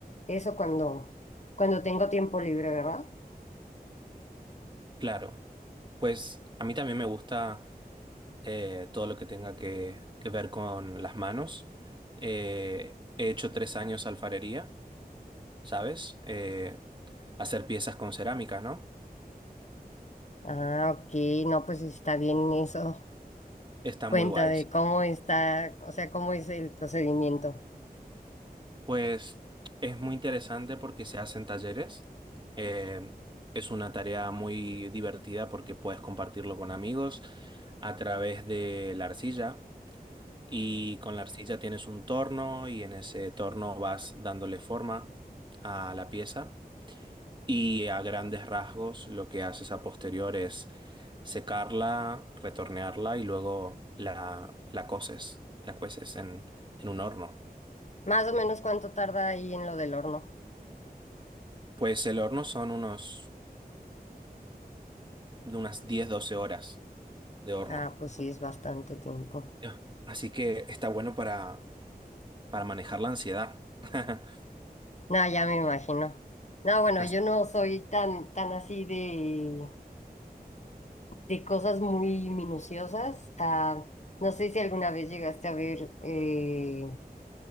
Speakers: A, on the left; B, on the right.
A: eso cuando, cuando tengo tiempo libre, ¿verdad?
B: Claro, pues a mí también me gusta eh, todo lo que tenga que, que ver con las manos. Eh, he hecho tres años alfarería, ¿sabes? Eh, hacer piezas con cerámica, ¿no?
A: Ah, ok, no, pues está bien eso.
B: Está
A: Cuenta
B: muy guay.
A: de
B: sí.
A: cómo está, o sea, cómo es el procedimiento.
B: Pues es muy interesante porque se hacen talleres. Eh, es una tarea muy divertida porque puedes compartirlo con amigos a través de la arcilla. Y con la arcilla tienes un torno y en ese torno vas dándole forma a la pieza. Y a grandes rasgos lo que haces a posterior es secarla, retornearla y luego la, la coces, la cueces en en un horno.
A: Más o menos cuánto tarda ahí en lo del horno.
B: Pues el horno son unos de unas diez doce horas de horno.
A: Ah, pues sí, es bastante tiempo.
B: Ya. Así que está bueno para, para manejar la ansiedad. <laughs>
A: No, ya me imagino. No, bueno,
B: As-
A: yo no soy tan, tan así de, de cosas muy minuciosas. Ah, no sé si alguna vez llegaste a ver eh,